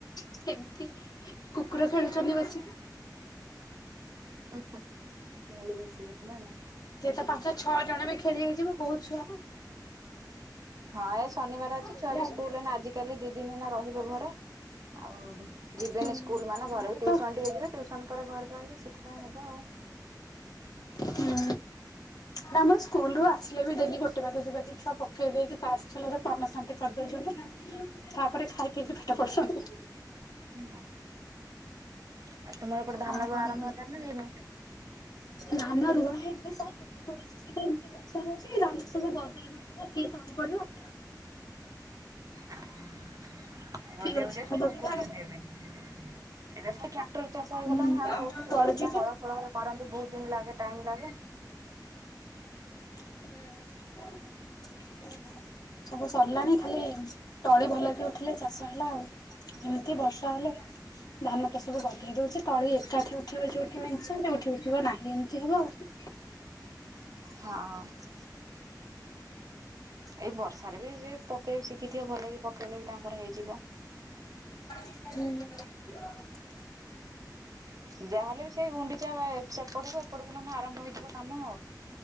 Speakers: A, on the left; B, on the right.
A: ଖେ ଏମିତି କୁକୁର ଖେଳୁଛନ୍ତି ବସିକି।
B: ଉଁ ହୁଁ ମୁଁ ବି ସେୟା ନୁହ ନା।
A: ସିଏ ତ ପାଞ୍ଚ, ଛଅ ଜଣ ରେ ଖେଳି ହେଇଯିବ ବହୁତ ଛୁଆ ନା।
B: ହଁ ଏ ଶନିବାର ଅଛି ଛୁଆ
A: ଏଇଆ
B: ବି
A: ଆଉ
B: ସ୍କୁଲ <unintelligible> ଆଜିିକାଲି ଦି ଦିନ ଏଇନା ରହିବେ ଘରେ। ଆଉ ଯିବେନି
A: ହୁଁ
B: ସ୍କୁଲ ମାନେ
A: ଆମର
B: ଘରେ ବି ଟିଉସନ
A: ତ ହୁଁ
B: ଟିକେ ଯିବେ। ଟିଉସନ ପରେ ଘରେ ରହିବେ ସେଥିପାଇଁ ହବ ଆଉ।
A: ହୁଁ। ନା ମ ସ୍କୁଲରୁୁ ଆସିଲେ ବି ଡେଲି ଗୋଟେ ବାଜି ଦି ବାଜି ଛୁଆ ପକେଇ ଦେଇକି ତାଷ ଖେଲରେ ମନ ଶାନ୍ତି କରିଦଉଛନ୍ତି ତାପରେ ଖାଇ ପିଇକି ପେଟ ପୋଷୁଛନ୍ତି।
B: <unintelligible> ଆଉ ତୁମ ଏପଟେ ଧାନ
A: ଆଉ କଣ
B: ରୁଆ ଆରମ୍ଭ
A: କୁହନ୍ତୁ?
B: ହେଲାଣିି ନା ହେଇନି?
A: ଧାନ ରୁଆ ହେଇନି ସବୁ ତଳେ ପଡିଚି ସେ ତ ଏମିତି ବର୍ଷା ହଉଛି ଧାନ ସବୁ ଗଦା <inaudible> କିଏ କଣ କରିବ?
B: ଆ ଗଜେଇ
A: ଗଛ
B: ଫଜେଇ ସବୁ
A: ହବ
B: ପକଉଛନ୍ତି
A: କେଜାଣି
B: ଏବେ। ଏବେ ତ ଟ୍ରାକ୍ଟର ଚାଷ ହେଇଗଲାଣି
A: ହୁଁ
B: ଆଉ ହଉନି ସେତେବେଳେ
A: ପଡୁଛି
B: ସିନା
A: ଯେ
B: ହଳ। <unintelligible> କରନ୍ତି ବହୁତ ଦିନ ଲାଗେ ଟାଇମ୍ ଲାଗେ।
A: ହୁଁ ଉଁ ହୁଁ। ସବୁ ସରିଲାଣି ଖାଲି ତଳି ଭଲକି ଉଠିଲେ ଚାଷ ହେଲା ଆଉ। ଏମିତି ବର୍ଷା ହେଲେ- ଧାନଟା ସବୁ ବଧେଇ ଦଉଛି ତଳି ଏକାଠି ଉଠିବ ଯୋଉଠି ମଞ୍ଚ ଯୋଉଠି ଉଠିବ ନାହିଁ ଏମିତି ହବ ଆଉ-
B: ହଁ। ଏଇ ବର୍ଷାରେ ବି ଯିଏ ପକେଇବି ଶିଖିଥିବ ଭଲ କି ପକେଇଲେ ବି ତାଙ୍କର ହେଇଯିବ
A: ହୁଁ ହ <inaudible>
B: ଯାହାହେଲେ ବି ସେଇ ଗୁଣ୍ଡିଚା ସେପଟକୁ ଏପଟକୁ ମାନେ ଆରମ୍ଭ ହେଇଯିବ କାମ ଆଉ